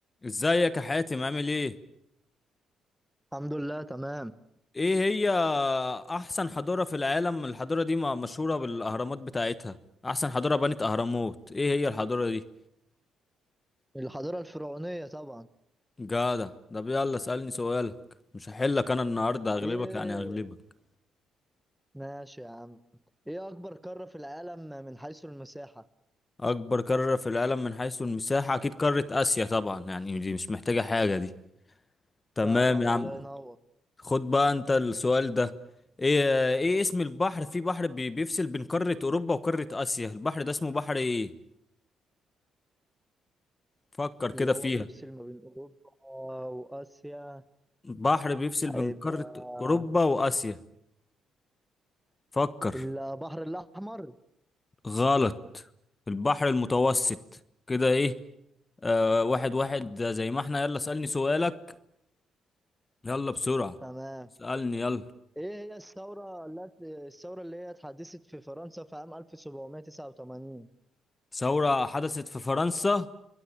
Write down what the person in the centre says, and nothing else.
الحمد لله تمام
الحضارة الفرعونية طبعا
ايه
ماشي يا عم ايه اكبر قارة في العالم من حيث المساحة
طبعا
الله ينور
اللي هو
بيفصل ما بين اوروبا واسيا
هيبقى
البحر الاحمر
تمام
ايه هي الثورة التي الثورة اللي هي اتحدثت في فرنسا في عام 1789